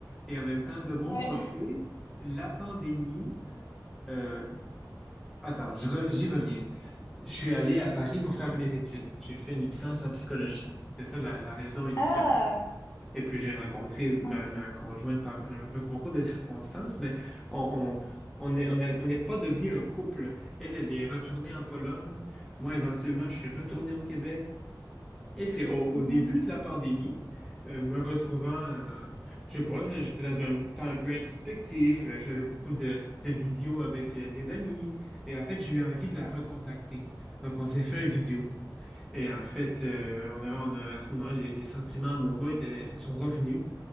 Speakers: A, in the centre; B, on the left.
A: Et en même temps, de mon
B: Ouais.
A: côté, la pandémie, euh, attends, je re- j'y reviens. Je suis allé à Paris pour faire mes études. J'ai fait une licence en psychologie. C'est ça la la raison initiale.
B: Ah,
A: Et puis j'ai rencontré ma,
B: ok.
A: ma conjointe par un, un concours de circonstances, mais on, on, on est- on a- on n'est pas devenu un couple. Elle, elle est retournée en Pologne. Moi, éventuellement, je suis retourné au Québec. Et c'est au, au
B: Mhm.
A: début de la pandémie, euh, me retrouvant, euh, je sais pas, j'étais dans un temps un peu introspectif, euh, j'avais beaucoup de, de vidéos avec euh, des amis. Et en fait, j'ai eu envie de la recontacter. Donc, on s'est fait un vidéo. Et en fait, euh, on a, on a, à ce moment-là, les, les sentiments amoureux étaient, sont revenus.